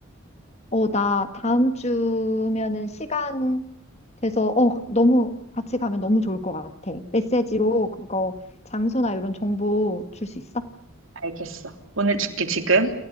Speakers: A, on the left (about 30°); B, on the right (about 65°).
A: 어, 나 다음 주면은 시간 돼서, 어, 너무 같이 가면 너무 좋을 것 같아. 메시지로 그거 장소나 이런 정보 줄 수 있어?
B: 알겠어. 오늘 줄게, 지금.